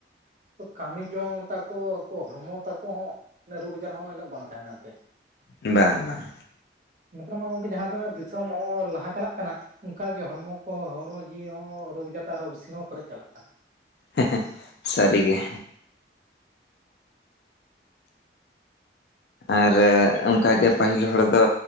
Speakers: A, on the right (about 45°); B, on the left (about 65°).
A: ᱩᱱᱠᱚ ᱠᱟᱹᱢᱤ ᱡᱚᱝ ᱛᱟᱠᱚ ᱩᱱᱠᱩ ᱦᱚᱲᱢᱚ ᱛᱟᱠᱚ ᱦᱚᱸ᱾ ᱩᱱᱟᱹᱜ ᱨᱳᱜᱽ ᱟᱡᱟᱨ ᱦᱚᱸ ᱩᱱᱟᱹᱜ ᱵᱟᱝ ᱛᱟᱦᱮᱸᱱ ᱠᱟᱱ ᱛᱮ,
B: ᱵᱟᱝ ᱵᱟᱝ᱾
A: ᱱᱮᱛᱟᱨ ᱢᱟ ᱜᱚᱝᱠᱮ ᱡᱟᱦᱟᱸ ᱛᱤᱱᱟᱹᱜ ᱫᱤᱥᱚᱢ ᱦᱚᱸ ᱞᱟᱦᱟ ᱪᱟᱞᱟᱜ ᱠᱟᱱᱟ ᱚᱝᱠᱟᱜᱮ ᱦᱚᱲᱢᱚ ᱠᱚᱦᱚᱸ ᱦᱚᱲᱢᱚ ᱡᱤᱣᱤ ᱦᱚᱸ ᱨᱳᱜᱽ ᱡᱟᱛᱟ ᱟᱨᱚ ᱵᱤᱥᱤ ᱦᱚᱸ ᱯᱮᱨᱮᱜ ᱪᱟᱞᱟᱜ ᱠᱟᱱᱟ᱾
B: ᱦᱮᱸᱦᱮᱸ ᱥᱟᱨᱤᱜᱮ᱾ ᱟᱨ ᱚᱝᱠᱟ ᱜᱮ ᱯᱟᱹᱦᱤᱞ ᱦᱚᱲ ᱫᱚ